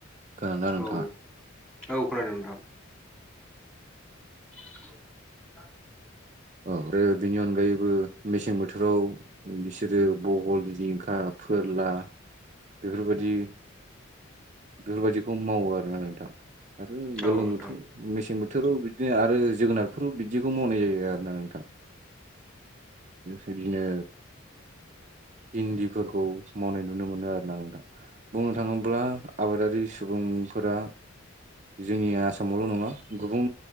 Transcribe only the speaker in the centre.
औ औ खोनादों नोंथां। <inaudible>
औ नोंथां